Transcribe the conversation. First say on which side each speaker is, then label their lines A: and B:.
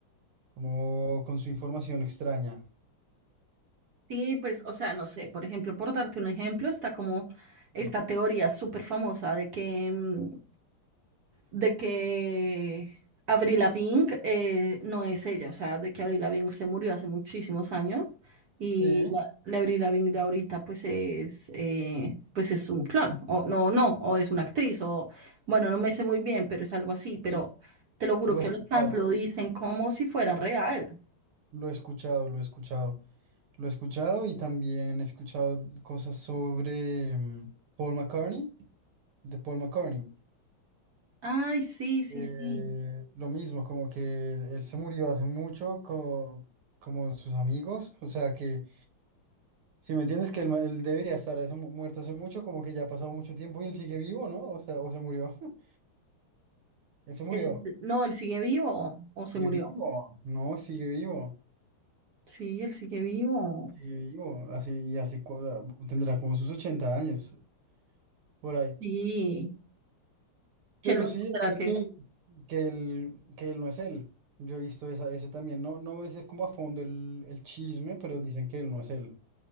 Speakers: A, on the right; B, on the right.
A: como con su información extraña.
B: Sí, pues, o sea, no sé, por ejemplo, por darte un ejemplo, está como esta
A: Sí.
B: teoría súper famosa de que, mm, de que Avril Lavigne eh, no es ella, o sea, de que Avril Lavigne se murió hace muchísimos años y
A: Sí,
B: la, la Avril Lavigne de ahorita pues es, eh, pues es un clon, o no, no, o es una actriz, o bueno, no me sé muy bien, pero es algo así, pero
A: sí,
B: te lo juro
A: lo he
B: que
A: escuchado,
B: los fans lo dicen como si fuera real.
A: lo he escuchado, lo he escuchado. Lo he escuchado y también he escuchado cosas sobre mm, Paul McCartney, de Paul McCartney.
B: Ay, sí, sí,
A: Eh,
B: sí.
A: lo mismo, como que él se murió hace mucho co- como sus amigos, o sea que, si me entiendes, que él, ma- él debería estar hace mu- muerto hace mucho, como que ya ha pasado mucho tiempo y él sigue vivo, ¿no? O sea, o se murió, <laughs> él se murió.
B: Él- no, él sigue vivo o se
A: Sigue
B: murió.
A: vivo, no, sigue vivo,
B: Sí, él sigue vivo.
A: sigue vivo, así y así cu- ah, tendrá como sus 80 años por ahí.
B: Sí, qué
A: Pero
B: loco
A: sí,
B: será
A: sé
B: que.
A: que, que, él, que él no es él. Yo he visto esa, ese también. No, no sé como a fondo el, el chisme, pero dicen que él no es él.